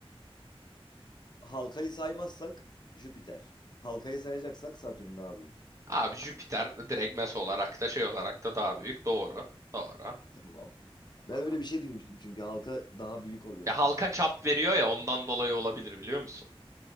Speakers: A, on the left; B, on the right.
A: Halkayı saymazsak Jüpiter. Halkayı sayacaksak Satürn daha büyük.
B: Abi Jüpiter direkt mes olarak da şey olarak da daha büyük. Doğru. Doğru.
A: Tamam. Ben
B: Doğru.
A: öyle bir şey duymuştum çünkü halka daha büyük oluyormuş.
B: Ya halka çap veriyor ya ondan dolayı olabilir biliyor musun?